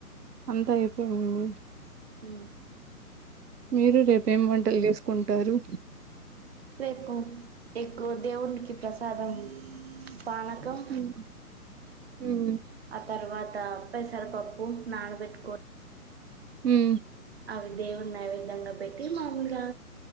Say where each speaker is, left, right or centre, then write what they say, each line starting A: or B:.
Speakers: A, on the right; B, on the right.
A: అంతా అయి పోయింది
B: ఆ
A: మీరు రేపు ఏం వంటలు చేస్ కుంటారు
B: రేపు ఎక్కువ దేవునికి ప్రసాదం పానకం
A: ఉమ్ ఉమ్
B: ఆ తర్వాత్ పెసరప్ప నాన్ బెట్టి కు
A: హ్మ
B: అవి దేవుడి నైవేద్యంగా పెట్టి మామూలుగా